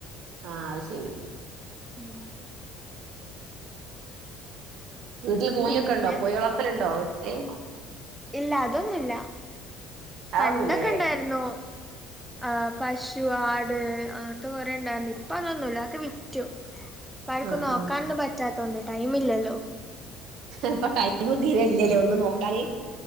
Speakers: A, on the right; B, in the centre.
A: ആഹ് അയ് ശരി
B: ഉം
A: വീട്ടില് കോഴിയൊക്കെ
B: പിന്നെ
A: ഉണ്ടോ കോഴി വളർത്തലുണ്ടോ വീട്ടില്
B: ഇല്ല അതൊന്നുമില്ല
A: അതൊന്നുംല്ലല്ലേ
B: പണ്ടൊക്കെ ഇണ്ടായിരുന്നു ആഹ് പശു ആട് അങ്ങനത്തെ കൊറെ ഇണ്ടായിന്ന് ഇപ്പ അതൊന്നുല്ല അതൊക്കെ വിറ്റു ഇപ്പ ആയിക്ക്
A: ആഹ്
B: നോക്കാനൊന്നും
A: ആഹ്
B: പറ്റാത്തോണ്ട് ടൈം ഇല്ലല്ലോ
A: ഇപ്പൊ ടൈമ് തീരല്ലല്ലേ ഒന്നും നോക്കാൻ
B: ഉ